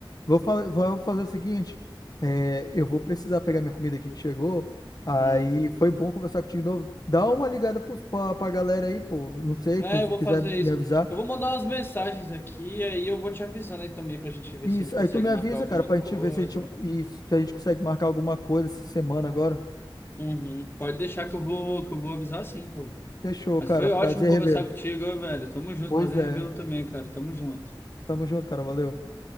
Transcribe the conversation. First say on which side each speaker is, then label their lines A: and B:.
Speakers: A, on the left; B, on the left.
A: Vou, fa- vou fazer o seguinte, é, eu vou precisar pegar minha comida aqui que chegou. Aí
B: Hum.
A: foi bom conversar contigo de novo. Dá uma ligada pros, pra, pra galera aí, pô. Não sei,
B: É,
A: tu, se
B: eu
A: tu
B: vou
A: quiser
B: fazer
A: me
B: isso.
A: avisar.
B: Eu vou mandar umas mensagens aqui, aí eu vou te avisando aí também pra gente ver
A: Isso,
B: se a gente consegue
A: aí tu me avisa,
B: marcar alguma
A: cara, pra gente
B: coisa.
A: ver se a gente, isso, se a gente consegue marcar alguma coisa essa semana agora.
B: Uhum. Pode deixar que eu vou, que eu vou avisar sim, pô.
A: Fechou,
B: Mas
A: cara.
B: foi
A: Prazer
B: ótimo conversar
A: revê-lo.
B: contigo, velho. Tamo junto.
A: Pois
B: Prazer
A: é.
B: em revê-lo também, cara. Tamo junto.
A: Tamo junto, cara. Valeu.